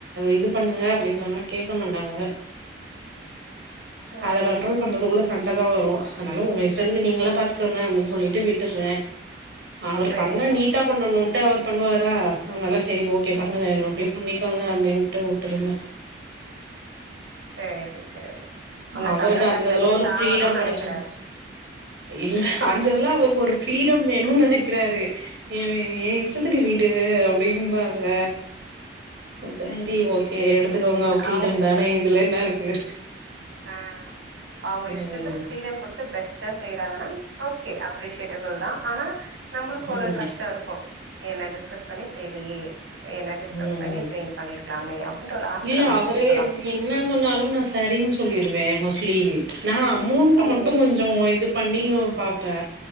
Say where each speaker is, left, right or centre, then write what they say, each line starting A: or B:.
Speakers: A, on the right; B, on the right.
A: இது பண்ணுங்க அப்டின்னு சொன்னா கேக்க மாட்டாங்க
B: ம்
A: அத கண்ட்ரோல் பண்றதுக்குல்ல சண்ட தா வரு அதனால உங்க இஷ்டத்துக்கு நீங்களா பாத்துக்கோங்க அப்டின்னு சொல்லிட்டு விட்டுர்றே அவரு
B: சேரி
A: பண்ணா நீட்டா
B: சேரி
A: பண்ணணுன்ட்டு அவர் பண்ணுவாரா அதனால செரி ஓகே பண்ணுங்க
B: ம்
A: இன்னொரு டைம் பண்ணிக்கோங்க அப்டின்னுட்டு விட்டுருவே
B: சேரி சேரி உன்ன
A: அவருக்கு
B: தங்க
A: அந்த
B: தட்டல
A: இதுல
B: வச்சு
A: ஒரு
B: தாங்கணுன்னு
A: ஃப்ரீடம் கெடச்சனு
B: நெனைக்கிறாரு
A: இல்ல அந்த இதெல்லா அவருக்கு ஒரு பிரீடம் வேணுன்னு நெனைக்கிறாரு ஏ ஏ இஷ்டத்துக்கு விடு அப்டிம்பாங்க சரி ஓகே எடுத்துக்கோங்க பீரீடம்
B: அவு
A: தானே இதுல என்ன இருக்கு
B: ஆ அவுங்க
A: ம்
B: இஷ்டத்துக்கு பீரீடம் குடு த்து பெஸ்ட்டா செய்யறாங்கன்னா ஓகே அப்ரிஷேட்டபிள்தா ஆனா நம்பளுக்கு
A: ம்
B: ஒரு கஷ்டோ இருக்கு என்ன டிஸ்கஸ் பண்ணி செய்லையே என்ன டிஸ்கஸ்
A: ம்
B: பண்ணி பண்ணிருக்கலாமே அப்டின்ட்டு ஒரு ஆசை
A: இல்ல
B: நம்மளுக்கு
A: அவரு
B: இருக்கலா
A: என்ன சொன்னாலு நா சரின்னு சொல்லிருவே மோஸ்ட்லி நா அமௌண்ட்
B: ஓ
A: மட்டு கொஞ் சோ இது பண்ணியு பாப்பே